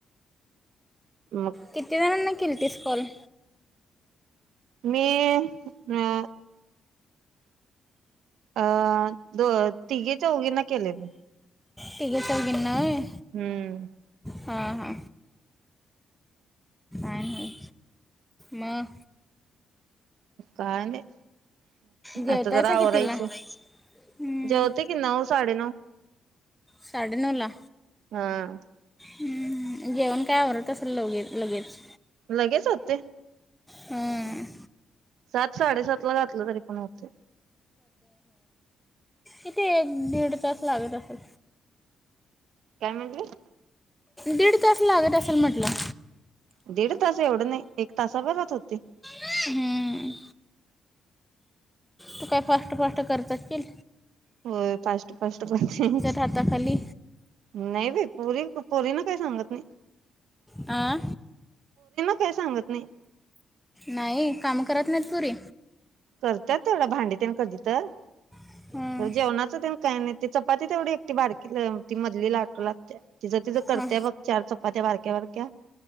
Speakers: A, on the right; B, in the centre.
A: मग
B: किती जण ना किलती स्कॉल
A: मी अ अं द तिघेच्या उघीना केले म
B: तिघा चावगीनं व्हय.
A: हम्म.
B: हा हा. आणि मग
A: काे
B: जेवतायसा
A: आत तरा
B: कितीला
A: ओरयस.
B: हं,
A: जो ते किना व साडे नव
B: साडे नला
A: हम.
B: हम्म घेऊन काय आडत असेल लगे लगेच
A: लगेच होते.
B: हम.
A: सात साडेसात ला घातलं तरी पण होते.
B: इथे एक दीड तास लागत असेल.
A: काय म्हटलं.
B: दीड तास लागत असेल म्हटलं.
A: दडेड ताास एवढने एक तासा बघ तोते.
B: हम्म. तू काय फास्ट फास्ट करतात कील
A: हो फस्ट फस्ट.
B: हाताखाली
A: नाही बाई पुरी पुोरी ना काही सांगत नाही.
B: आ.
A: काय सांगत नाही.
B: नाही काम करत नाहीत पुरी
A: करतात तेवढं भांडी त्यांन कधी तर
B: हं.
A: जेवणाचं त्या काही नाहीच. पती तेवढ. ती बारकी ती मधली लाक ला तिचं तिझं
B: हं.
A: करतेय बघ चार चपात्या बारक्या बारक्या